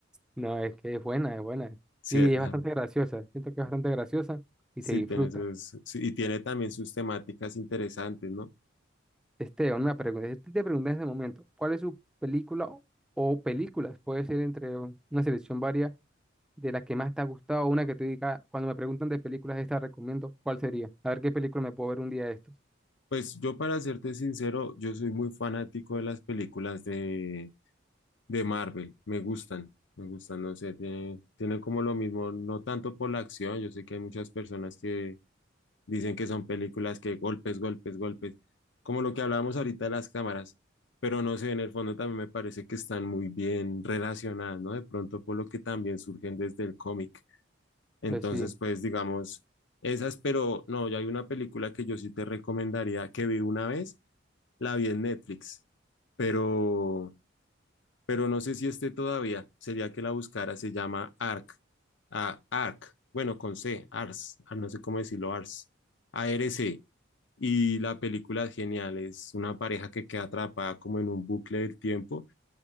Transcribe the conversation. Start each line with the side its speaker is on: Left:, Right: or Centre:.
Centre: No, es que es buena, es buena.
Left: sí,
Centre: Y
Left: esa-
Centre: es bastante graciosa, siento que es bastante graciosa y
Left: sí
Centre: se disfruta.
Left: tiene sus, sí, y tiene también sus temáticas interesantes, ¿no?
Centre: Esteban, una pregunta. Si te pregunté en ese momento, ¿cuál es su película o o películas? Puede ser entre una selección varia de las que más te ha gustado o una que te diga, cuando me preguntan de películas, esta recomiendo, ¿cuál sería? A ver qué película me puedo ver un día de estos.
Left: Pues yo para serte sincero, yo soy muy fanático de las películas de de Marvel, me gustan, me gustan, no sé, tiene- tienen como lo mismo, no tanto por la acción, yo sé que hay muchas personas que dicen que son películas que golpes, golpes, golpes, como lo que hablábamos ahorita de las cámaras, pero no sé, en el fondo también me parece que están muy bien relacionadas, ¿no? De pronto por lo que también surgen desde el cómic. Entonces,
Centre: Pues sí,
Left: pues digamos, esas, pero no, ya hay una película que yo sí te recomendaría que vi una vez, la vi en Netflix, pero pero no sé si esté todavía. Sería que la buscara, se llama ARC. Ah, ARC, bueno, con C, ARS, ah, no sé cómo decirlo, ARS, ARC. Y la película es genial, es una pareja que queda atrapada como en un bucle del tiempo